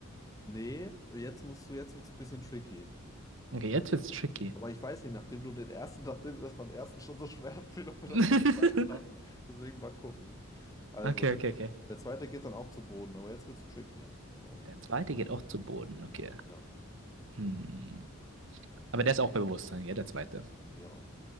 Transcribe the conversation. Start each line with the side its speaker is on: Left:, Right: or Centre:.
Left: Nee, jetzt musst du, jetzt wird's ein bisschen tricky.
Right: Okay, jetzt wird's tricky.
Left: Aber ich weiß nicht, nachdem du den ersten, <laughs> nachdem mir das beim ersten schon so schwer fiel, ob wir
Right: <laughs>
Left: das beim zweiten schaffen. Deswegen mal gucken. Also,
Right: Okay,
Left: der
Right: okay, okay.
Left: der zweite geht dann auch zu Boden, aber jetzt wird's tricky. So.
Right: Der zweite geht auch zu Boden, okay.
Left: Ja.
Right: Hm. Aber der ist auch bei Bewusstsein, ja, der zweite.
Left: Ja.